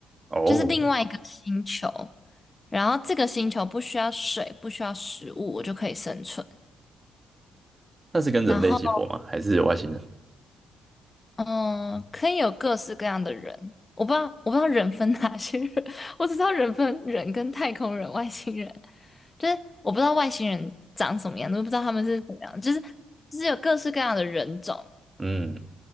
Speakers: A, on the right; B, on the left.
A: 哦，
B: 就是另外一个星球。然后这个星球不需要水，不需要食物，我就可以生存。
A: 那是跟人类一起活吗？
B: 然后，
A: 还是有外星人？
B: 嗯，可以有各式各样的人。我不知道，我不知道人分哪些人，<laughs> 我只知道人分人跟太空人、外星人。就是我不知道外星人长什么样子，我不知道他们是怎么样，就是就是有各式各样的人种。
A: 嗯，